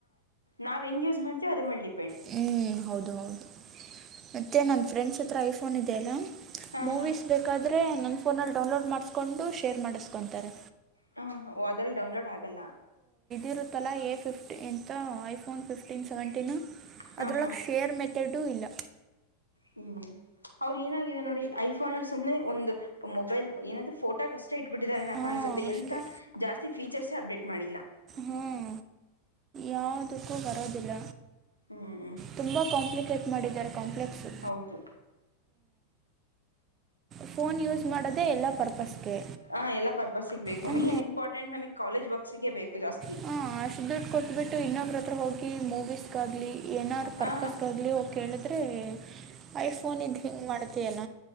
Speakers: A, on the left; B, on the right.
A: ನಾವ್ ಹೆಂಗ ಯೂಸ್ ಮಾಡ್ತೀವಿ ಅದ್ರ ಮಿಲಿ
B: ಹ್ಮ್ ಹೌದು ಹೌದು ಮತ್ತೆ ನನ್ ಫ್ರೆಂಡ್ಸ್ ಹತ್ರ ಐಫೋನ್ ಇದೆಯಲ್ಲಾ
A: ಹಾಂ
B: ಮೂವೀಸ್
A: ಹಾಂ
B: ಬೇಕಾದ್ರೆ ನನ್ನ ಫೋನಲ್ಲಿ ಡೌನ್ಲೋಡ್ ಮಾಡಿಸ್ಕೊಂಡು ಶೇರ್ ಮಾಡಿಸ್ಕೊತಾರೆ
A: ಹಾ ಹೋದ್ರಲ್ಲಿ ಡೌನ್ಲೋಡ್ ಆಗಲ್ಲ
B: ಇರುತ್ತಲ್ಲಾ ಎ ಫಿಫ್ಟಿಂತ ಐಫೋನ್ ಫಿಫ್ಟೀನ್ ಸೆವೆಂಟೀನ್
A: ಹಾಂ
B: ಅದ್ರೊಳಗೆ
A: ಹಾಂ
B: ಶೇರ್ ಮೆ ಎಡ ಇಲ್ಲ
A: ಹ್ಮ್ ಅವ್ರ ಏನಾಗಿದೆ ನೋಡಿ ಐಫೋನ್ ಅಲ್ಲಿ ಸುಮನೆ ಒಂದು ಮೊಬೈಲ್ ಏನಾದ್ೂ ಫೋಟೋಕ್ಷ್ಟ ಇಟ್ಬಿಟ್ಟಿದ್ದಾರೆಫ
B: ಹಾಂ
A: ಅನ್ಸುತ್ತೆ
B: ಅಷ್ಟೇ
A: ಎಂತ ಜಾಸ್ತಿ ಫೀಚರ್ಸೇ ಅಪ್ಡೇಟ್ ಮಾಡಿಲ್ಲ
B: ಹಾಂ ಯಾವುದಕ್ಕೂ ಬರೋದಿಲ್ಲ
A: ಹ್ಮ್
B: ತುಂಬಾ ಕಾಂಪ್ಲಿಕೇಟ್ ಮಾಡಿದ್ದಾರೆ ಕಾಂಪ್ಲೆಕ್ಸು
A: ಹೌದು
B: ಫೋನ್ ಯೂಸ್ ಮಾಡೋದೇ ಎಲ್ಲಾ ಪರ್ಪಸ್ಗೆ
A: ಹ ಎಲ್ಲ ಪರ್ಪಸ್ಿಗೆ ಬೇಕು
B: ಹಾಂ,
A: ಮೇನ್ ಇಂಪಾರ್ಟೆಂಟ್ ನಮಗ್ ಕಾಲಜ ವರ್ಕ್ಸ್ಗ ಬೇಕು ಜಾಸ್ತಿ
B: ಹ ಅಷ್ಟ ದುಡ್ಡು ಕೊಟ್ಬಿಟ್ಟು ಇನ್ನೊಬ್ರ ಹತ್ರ ಹೋಗಿ ಮೂವೀಸ್ಗ ಆಗ್ಲಿ ಏನಾದಾರ್ರು ಪರ್ಪಕ್ಟ್
A: ಹಾ
B: ಆಗ್ಲಿ ಹೋಗೇಳಿದ್ರೆ ಐಫೋನ್ ಇದ ಹಿಂಗ್ ಮಾಡ್ತಯಲ್ಲ